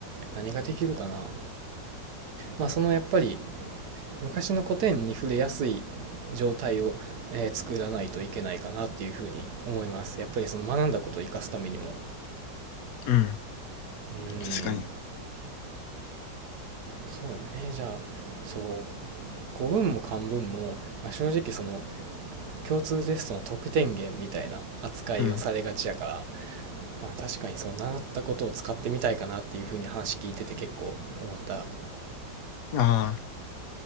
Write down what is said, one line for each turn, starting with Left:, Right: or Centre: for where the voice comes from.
Right: 何ができるかな、まあ、そのやっぱり昔の古典に触れやすい状態を、えー作らないといけないかなっていうふうに思いますやっぱりその学んだことを生かすためにも
Left: うん、
Right: うーん
Left: 確かに。
Right: そうだねじゃあそう古文も漢文も、まあ、正直その共通テストの得点源みたいな扱いをされがちやから、
Left: うん。
Right: まあ、確かにその習ったことを使ってみたいかなっていうふうに話聞いてて結構思った
Left: ああ、